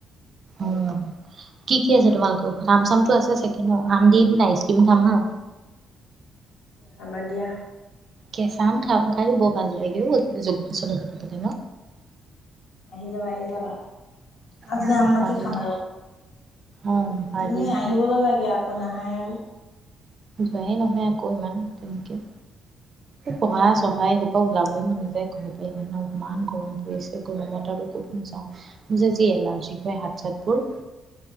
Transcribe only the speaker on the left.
হব দিয়া।
আহি যাবা, আহি যাবা। আজি
আম মাকি
খাম
আৰ
তুমি আহিবলৈ লাগে, আকৌ নাহাই আৰু।
উম